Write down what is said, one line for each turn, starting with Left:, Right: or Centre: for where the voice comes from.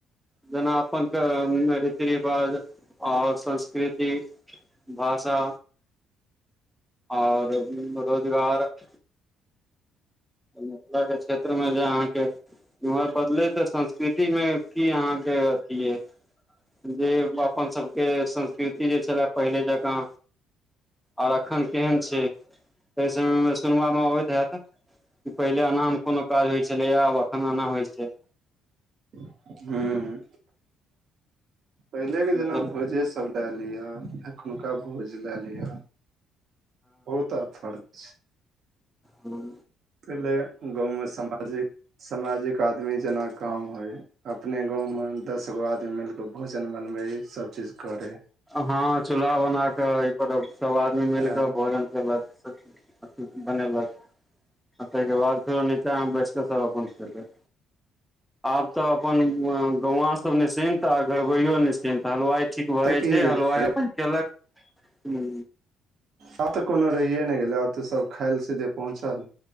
Centre: जेना अपन के अं रीति रिवाज आओर संस्कृति। भाषा आओर रोजगार <inaudible> त मिथिलाके क्षेत्रमे जे अहाँके इम्हर बदलै तऽ संस्कृतिमे कि अहाँके अथी ये? जे अपन सबके संस्कृति जे छलए पहिले जकाँ आर एखन केहन छै, एहि समय मे सुनबामे अबैत हैत कि पहिले एनामे कोनो काज होइ छलैएा आब एखन एना होइ छै।
Right: हूँ। पहिलेके
Centre: हँ
Right: जेना भोजेसभ लए लिअ, एखुनका भोज लए लिअ। ओ तऽ फर्क छै।
Centre: हूँ।
Right: पहिले गाँवमे समाजिक, समाजिक आदमी जेना काम होइ। अपने गाँवमे दस गो आदमी मिल कऽ भोजन बनबै सभचीज करै।
Centre: हँ चूल्हा बना कऽ एहि पर अब सभ आदमी मिल
Right: तऽ
Centre: कऽ भोजन केलक। सब <unintelligible> बनेलक आ ताहिके बाद फेर ओ निचा में बैसके सब अपन खेलक। आब तऽ अपन अं-गौवां सब निश्चिंत आर घरबैयो निश्चिंत। हलवाई ठीक भऽ
Right: तै
Centre: जाइ छै
Right: के प्रेम
Centre: <unintelligible> केलक। हूँ
Right: आब तऽ कोनो रहिए नहि गेलै। आब तऽ सब खाइ ले सीधे पहुँचल।